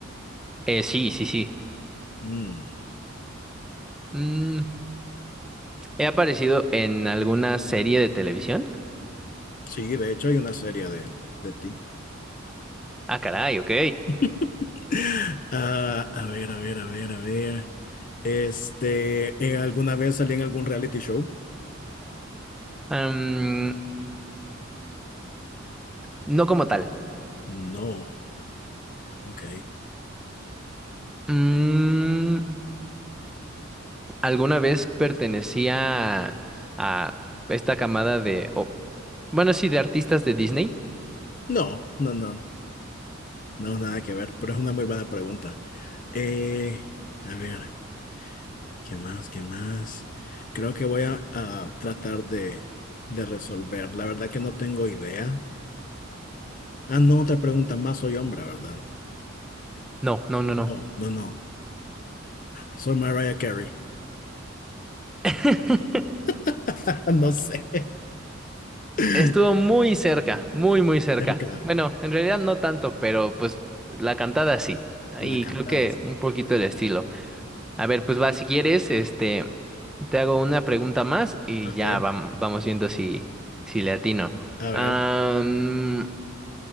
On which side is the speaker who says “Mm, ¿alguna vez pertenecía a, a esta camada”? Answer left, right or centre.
Centre